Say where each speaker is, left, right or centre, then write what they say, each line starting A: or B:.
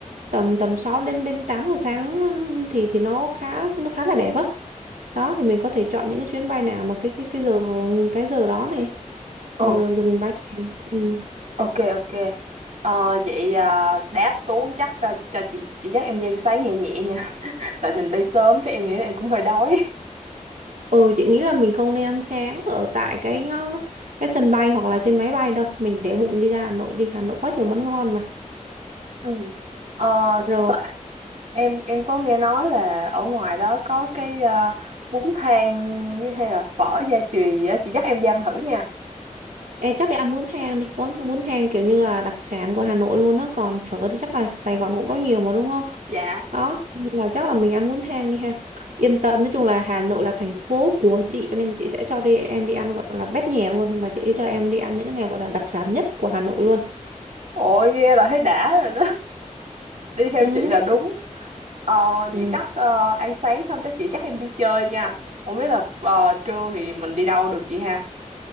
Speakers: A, on the right (about 85°); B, on the right (about 65°).
A: tầm tầm 6 đến đến 8 giờ sáng thì thì nó khá nó khá là đẹp á đó thì mình có thể chọn những cái chuyến bay nào mà cái cái cái giờ cái giờ đó này
B: Ồ,
A: rồi rồi rồi mình bay thì ừ.
B: ok ok Ờ, vậy ờ, đáp xuống chắc ờ, cho chị chị dắt em đi ăn sáng nhẹ nhẹ nha <laughs> tại mình bay sớm chắc em nghĩ là em cũng hơi đói
A: ừ chị nghĩ là mình không nên ăn sáng ở tại cái ờ, cái sân bay hoặc là trên máy bay đâu mình để bụng đi ra Hà Nội đi Hà Nội quá trời món ngon mà
B: Ừ. Ờ, sa-
A: rồi
B: em em có nghe nói là ở ngoài đó có cái ờ, bún thang với hay là phở gia truyền gì á chị dắt em đi ăn thử nha
A: Ê, chắc để ăn bún thang đi bún bún thang kiểu như là đặc sản của Hà Nội luôn đó. còn phở thì chắc là Sài Gòn cũng có nhiều mà đúng không
B: dạ
A: đó nên là chắc là mình ăn bún thang đi ha yên tâm nói chung là Hà Nội là thành phố của chị cho nên là chị sẽ cho đi em đi ăn gọi là bét nhè luôn và chị sẽ cho em đi ăn những cái nào gọi là đặc sản nhất của Hà Nội luôn
B: Ôi nghe là thấy đã rồi đó <laughs> Đi theo
A: ừ
B: chị là đúng Ờ
A: ừ
B: vậy chắc ờ, ăn sáng xong chắc chị dắt em đi chơi nha Không biết là ờ, trưa thì mình đi đâu được chị ha